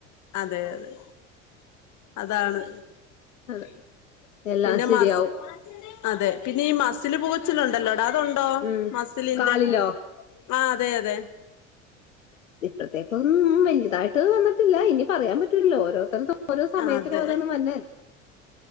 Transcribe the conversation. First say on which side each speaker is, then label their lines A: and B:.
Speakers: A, on the left; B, on the left.
A: അതെ അതെ അതാണ്.
B: അതെ എല്ലാം
A: പിന്നെ
B: ശരിയാവും.
A: മസ് അതെ പിന്നെ ഈ മസില് പൊകച്ചിലുണ്ടല്ലോടാ അതുണ്ടോ?
B: ഉം.
A: മസിലിന്റെ?
B: കാലിലോ?
A: ആ അതെ അതെ
B: ഇപ്പത്തേക്കൊ ഒന്നും വലിയതായിട്ട് വന്നിട്ടില്ല ഇനി പറയാൻ പറ്റൂല്ലോ ഓരോ അത്ര ഓരോ സമയത്തിനു
A: അതെ
B: ഓരോന്നും വന്നല്ലേ.